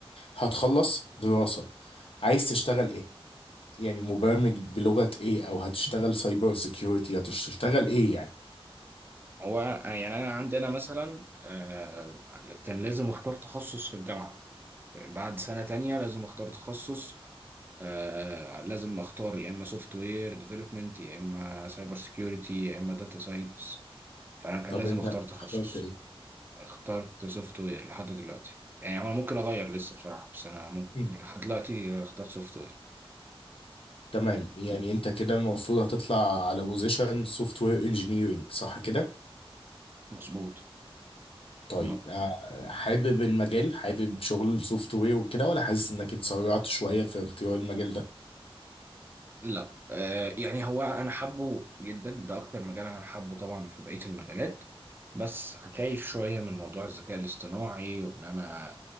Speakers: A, on the left; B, on the right.
A: هتخلص دراسة عايز تشتغل ايه يعني مبرمج بلغة ايه او هتشتغل سايبر سيكيورتي هتشتغل ايه يعني
B: هو يعني انا عندنا مثلا آه كان لازم اختار تخصص في الجامعة بعد سنة تانية لازم اختار تخصص آه لازم اختار يا اما سوفت وير ديفلوبمنت يا اما سايبر سكيورتي يا اما داتا ساينس فانا كان
A: طب
B: لازم
A: انت
B: اختار تخصص
A: اخترت ايه
B: اخترت سوفت وير لحد دلوقتي يعني انا ممكن اغير لسه بصراحه بس انا ممكن
A: مم.
B: لحد دلوقتي اخترت سوفت وير
A: تمام يعني انت كده المفروض هتطلع على بوزيشن سوفت وير انجينيرنج صح كده
B: مظبوط
A: طيب
B: م-
A: آه، حابب المجال حابب شغل السوفت وير وكده ولا حاسس انك اتسرعت شويه في اختيار المجال ده
B: لا آه يعني هو انا حابه جدا ده اكتر مجال انا حابه طبعا في بقيه المجالات بس خايف شويه من موضوع الذكاء الاصطناعي وان انا